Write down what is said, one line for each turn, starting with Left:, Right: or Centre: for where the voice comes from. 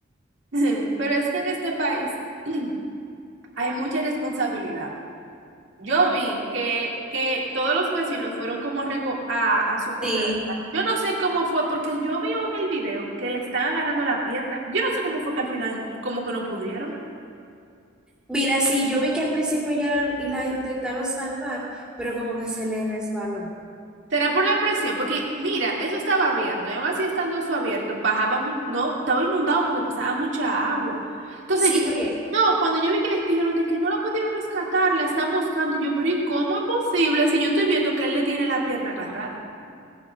Right: <laughs> pero es que en este país <clears throat> hay mucha irresponsabilidad. Yo vi que, que todos los vecinos fueron como a, reco- a, a socorrer.
Centre: Sí,
Right: Yo no sé cómo fue, porque yo vi en el video que le están agarrando la pierna. Yo no sé cómo fue que al final como que no pudieron.
Centre: Mira, sí, yo vi que al principio ya la la intentaron salvar, pero como que se le resbaló.
Right: Será por la presión, porque mira, eso estaba abierto, y aún así estando eso abierto, bajaba mucho, no, estaba inundado porque pasaba mucha agua. Entonces
Centre: Sí,
Right: yo,
Centre: porque
Right: no, cuando yo vi que dijeron de que no la pudieron rescatar, la están buscando, y yo, pero ¿y cómo es posible si yo estoy viendo que él le tiene la pierna agarrada?